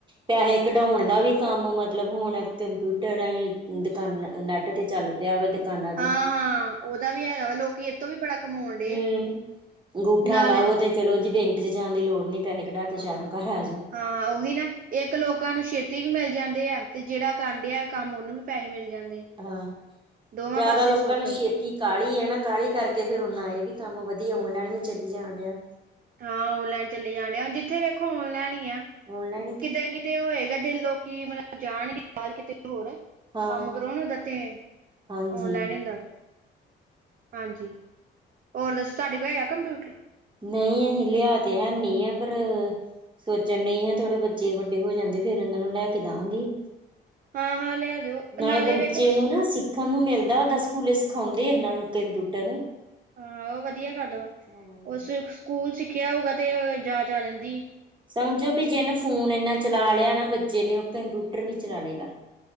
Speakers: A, on the right; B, on the right.
A: ਪੈਸੇ ਕਢਾਉਣ ਦਾ ਵੀ ਕੰਮ ਮਤਲਬ ਹੁਣ ਕੰਪਿਊਟਰਾਂ ਹੀ ਦੁਕਾਨਾਂ ਨੈਟ ਤੇ ਚੱਲ ਪਿਆ ਵਾ ਦੁਕਾਨਾਂ
B: ਹਾਂ
A: ਤੇ।
B: ਹਾਂ ਉਹਦਾ ਵੀ ਹੈਗਾ ਵਾ ਲੋਕੀ ਇਤੋਂ ਵੀ ਬੜਾ ਕਮਾਉਣ ਡ
A: ਹਮ ਅੰਗੂਠਾ
B: ਨਾਲ
A: ਲਾਓ ਤੇ ਚਲੋ ਜੀ ਬੈਂਕ ਚ ਜਾਣ ਦੀ ਲੋੜ ਨੀ ਪੈਸੇ ਕਢਾ ਕੇ ਸ਼ਾਹਰੋ ਨੂ ਘਰ ਆ ਜਾਓ।
B: ਹਾਂ ਉਹੀ ਨਾ ਇੱਕ ਲੋਕਾਂ ਨੂੰ ਛੇਤੀ ਵੀ ਮਿਲ ਜਾਂਦੇ ਆ ਤੇ ਜਿਹੜਾ ਕਰਨ ਡਿਆ ਕੰਮ ਉਹਨੂੰ ਵੀ ਪੈਸੇ ਮਿਲ ਜਾਂਦੇ।
A: ਹਾਂ
B: ਦੋਵਾਂ
A: ਜਿਆਦਾ
B: ਪਾਸੇ
A: ਲੋਕਾਂ
B: ਸੁੱਖ
A: ਨੂੰ ਛੇਤੀ। ਕਾਹਲੀ ਆ ਨਾ ਕਾਹਲੀ ਕਰਕੇ ਫੇਰ ਨਾ ਆ ਵੀ ਕੰਮ ਵਧੀਆ ਆਉਣ ਲੈਨ ਵੀ ਚਲੀ ਜਾਣ ਡਿਆ।
B: ਹਾਂ ਓਨਲਾੈਨ ਚਲੇ ਜਾਣ ਡ ਜਿੱਥੇ ਵੇਖੋ ਨ ਲੈਣ ਈ ਆ।
A: ਔਨਲਾਈਨ
B: ਕਿਤੇ
A: ਹੀ
B: ਕਿਤੇ ਉਹ ਹੈਗਾ ਦੇਨ ਲੋਕੀ ਕਿ ਮਤਲਬ ਜਾਣਗੇ ਬਰ ਕਿਤੇ ਹੋਰ।
A: ਹਾਂ
B: ਕੰਮ ਕਰੋ ਉਹਦਾ ਤੇ।
A: ਹਾਂਜੀ।
B: ਔਨਲਾਈਨ ਹੀ ਹੁੰਦਾ ਵਾ ਹਾਂਜੀ ਹੋਰ ਦੱਸੋ ਤੁਹਾਡੇ ਕੋਲ ਹੈ ਕੰਪਿਊਟਰ?
A: ਨਹੀਂ ਅਸੀਂ ਲਿਆ ਤੇ ਹੈਨੀ ਹੈ ਪਰ ਸੋਚਣ ਡਈ ਆ, ਥੋੜੇ ਬੱਚੇ ਵੱਡੇ ਹੋ ਜਾਂਦੇ ਫੇਿਰ ਉਹਨਾਂ ਨੂੰ ਲੈ ਕੇ ਦਾਂਗੀ।
B: ਹਾਂ-ਹਾਂ ਲਿਆ ਦਿਓ
A: ਨਾਲੇ, ਬੱਚੇ
B: ਵੇਖੋ ਸਕੂ
A: ਨੂੰ ਨਾ ਸਿੱਖ ਖਣ ਨੂੰ ਮਿਲਦਾ, ਉੱਦਾਂ ਸਕੂਲੇ ਸਿਖਾਉਂਦੇ ਇਹਨਾਂ ਨੂੰ ਕੰਪਿਊਟਰ।
B: ਹਾਂ, ਉਹ ਵਧੀਆ ਗੱਲ ਵਾ
A: ਹਾਂ
B: ਉਸ ਸਕੂਲ ਸਿੱਖਿਆ ਹੋਊਗਾ ਤੇ ਜਾਚ ਆ ਜਾਂਦੀ।
A: ਸਮਝੋ ਵੀ ਜਿਹਨੂੰ ਫੋਨ ਇੰਨਾ ਚਲਾ ਲਿਆ ਨਾ ਬੱਚੇ ਨੇ, ਉਹ ਕੰਪਿਊਟਰ ਵੀ ਚਲਾ ਲੈਗਾ।